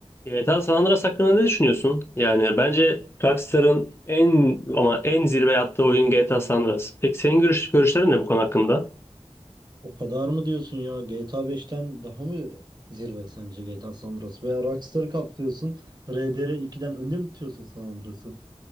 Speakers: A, on the left; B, on the right.
A: GTA San Andreas hakkında ne düşünüyorsun? Yani bence Rockstar'ın en ama en zirve yaptığı oyun GTA San Andreas. Peki senin görüş, görüşlerin ne bu konu hakkında?
B: O kadar mı diyorsun ya? GTA 5'ten daha mı zirve sence GTA San Andreas? Veya Rockstar'ı kapsıyorsun. RDR ikiden önde mi tutuyorsun San Andreas'ı?